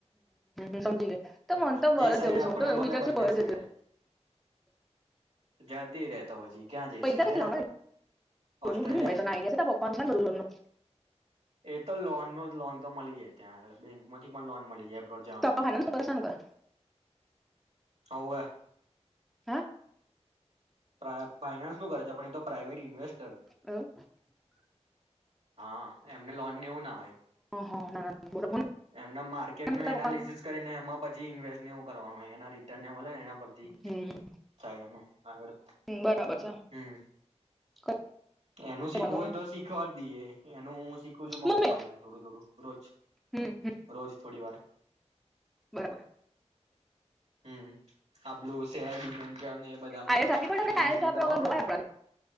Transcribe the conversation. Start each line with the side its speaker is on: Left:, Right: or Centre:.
Centre: હ સમજી ગઈ તો
Right: હમ
Centre: મનેતો
Right: જે સાઈડે આપડે
Centre: <inaudible>
Right: મળે બંને સાઈડે જતી રેતો પછી ક્યાં જઈશ
Centre: પૈસા
Right: કેનેડા,
Centre: કેટલા હોય
Right: ઓસ્ટ્રેલિયા
Centre: લોન બધું હોય તને આઈડિયા છે તારા પપ્પાનું છે ને બધું લોનનું
Right: એ તો લોન નું લોન તો મળી જાય ત્યાં. <unintelligible> એમાંથી પણ લોન મળી જાય અબોઅટ જવા
Centre: તો
Right: માટે.
Centre: પપ્પા ફાઇનાન્સ કરે છે ને કરે
Right: હવે.
Centre: હે.
Right: પ્રા ફાઈનાન્સ નું કરે છે પણ એ તો પ્રાઇવેટ ઇન્વેસ્ટ.
Centre: <inaudible>
Right: હા એમને લોનને એવું ના હોય,
Centre: હા ના ના બરોબર એમ
Right: એમના માર્કેટ નું
Centre: તારા
Right: એનાલિસસ
Centre: પપ્પાનું
Right: કરીને એમાં પછી ઇન્વેસ્ટ એવું કરવાનું હોય. નારી. મળ ને એના પરથી
Centre: હમ
Right: ચા ના આગળ.
Centre: બરાબર છે
Right: હમ
Centre: કઈ
Right: એનું શીખવું
Centre: વાંધો
Right: હોય
Centre: નહીં
Right: તો શીખવા દઈએ એનું હું શીખું છું મા
Centre: મમ્મી
Right: પપ્પા જો વડે થોડું થોડું રોજ
Centre: હમ હમ
Right: રોજ થોડી વાર.
Centre: બરાબર
Right: હમ્મ આલું સે બીન. ને એ બધામાં
Centre: આઈએલસ આપવી પડે આપણે આઈએલસ
Right: સને
Centre: આપ્યા
Right: કરવાનું
Centre: વગર જવાય
Right: હોય ને
Centre: આપણાથી